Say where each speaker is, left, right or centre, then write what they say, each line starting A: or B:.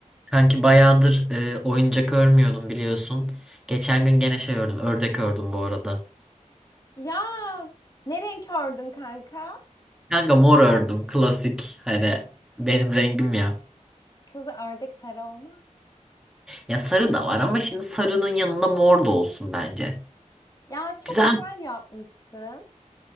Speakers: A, in the centre; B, on the left (about 25°).
A: Kanki bayağıdır e, oyuncak örmüyordum biliyorsun. Geçen gün gene şey ördüm. Ördek ördüm bu arada.
B: Ya ne renk ördün kanka?
A: Kanka mor ördüm. Klasik. Hani benim rengim ya.
B: Kızı ördek sarı olma.
A: Ya sarı da var ama şimdi sarının yanında mor da olsun bence.
B: Ya çok
A: Güzel.
B: güzel yapmışsın.